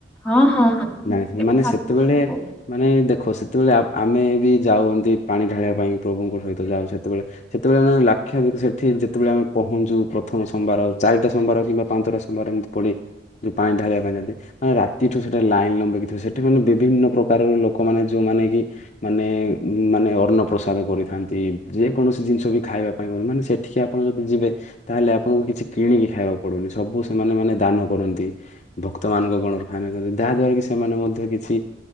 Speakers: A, in the centre; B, on the left.
A: ହଁ ହଁ
B: ଜାଣିଥିବେ
A: ଏବେ
B: ମାନେ
A: ତ ଆସିବ
B: ସେତେବେଳେ
A: ଆଗକୁ
B: ମାନେ ଦେଖ ସେତେବେଳେ ଆ ଆମେ ବି ଯାଉ ଏମତି ପାଣି ଢାଳିବା ପାଇଁ ପ୍ରଭୁଙ୍କ ସହିତ ଯାଉ ସେତେବେଳେ ସେତେବେଳେ ମାନେ ଲାକ୍ଷାଧିକ ସେଠି ଯେତେବେଳେ ଆମେ ପହଁଞ୍ଚୁ ପ୍ରଥମ ସମ୍ବାର ଚାରିଟା ସମ୍ବାର କିମ୍ବା ପାଞ୍ଚଟା ସ ମ୍ବାର ଏମିତି ପଡ଼େ ଯୋଉ ପାଣି ଢାଳିବା ପାଇଁ ଯାନ୍ତି। ମାନେ ରାତିଠୁ ସେଟେ ଲାଇନ୍ ଲମ୍ବେଇକି ଥିବେ ସେଠି ମାନେ ବିଭିନ୍ନ ପ୍ରକାରର ଲୋକ ମାନେ ଯୋଉମାନେ କି ମାନେ ମାନେ ଅନ୍ନ ପ୍ରସାଦ କରିଥାନ୍ତି ଯେକୌଣସି ଜିନିଷ ବି ଖାଇବା ପାଇଁ ମାନେ ସେ ଠିକି ଆପଣ ଯଦି ଯିବେ ତାହେଲେ ଆପଣଙ୍କୁ କିଛି କିଣିକି ଖାଇବାକୁ ପଡିବନି ସବୁ ସେମାନେ ମାନେ ଦାନ କରନ୍ତି। ଭକ୍ତ ମାନଙ୍କ ଗଣରେ ଖାଆନ୍ତି ଯହା ଦ୍ୱାରା କି ସେମାନେ ମଧ୍ୟ କି ଛି